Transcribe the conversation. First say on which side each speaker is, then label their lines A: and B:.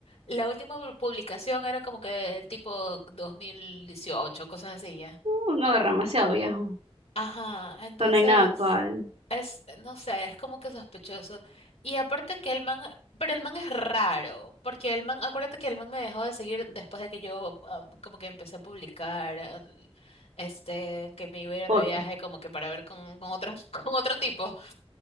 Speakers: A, on the left; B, on the right.
A: la última publicación era como que tipo dos mil dieciocho cosas así ya.
B: Uh, no, demasiado viejo. O
A: Ajá, entonces
B: sea, no hay nada actual.
A: es, no sé, es como que sospechoso. Y aparte que el man, pero el man es raro, porque el man, acuérdate que el man me dejó de seguir después de que yo am, como que empecé a publicar, al- este, que me iba a ir
B: Fotos.
A: de viaje como que para ver con, con otro, <laughs> con otro tipo.